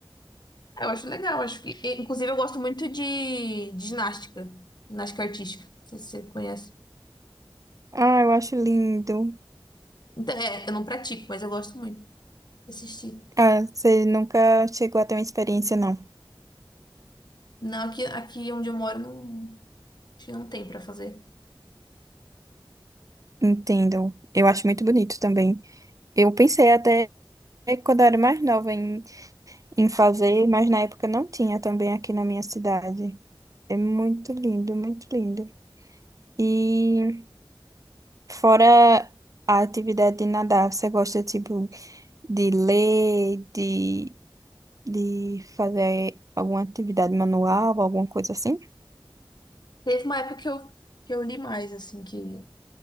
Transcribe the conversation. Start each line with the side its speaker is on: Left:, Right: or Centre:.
Left: Eu acho legal, acho que. e, Inclusive, eu gosto muito de, de ginástica, ginástica artística. Não sei se você conhece.
Right: Ah, eu acho lindo.
Left: Então, é, eu não pratico, mas eu gosto muito de assistir.
Right: Ah, você nunca chegou a ter uma experiência, não.
Left: Não, aqui, aqui onde eu moro não, acho que não tem pra fazer.
Right: Entendo. Eu acho muito bonito também. Eu pensei até quando eu era mais nova em, em fazer, mas na época não tinha também aqui na minha cidade. É muito lindo, muito lindo. E fora a atividade de nadar, você gosta tipo de ler, de de fazer alguma atividade manual, alguma coisa assim?
Left: Teve uma época que eu, que eu li mais, assim, que,